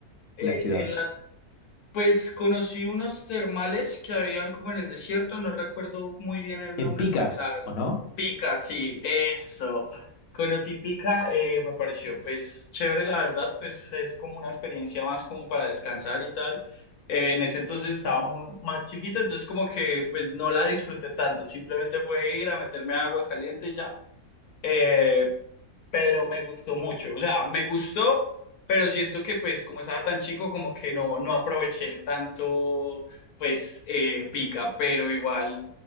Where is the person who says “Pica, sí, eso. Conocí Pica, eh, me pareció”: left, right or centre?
Left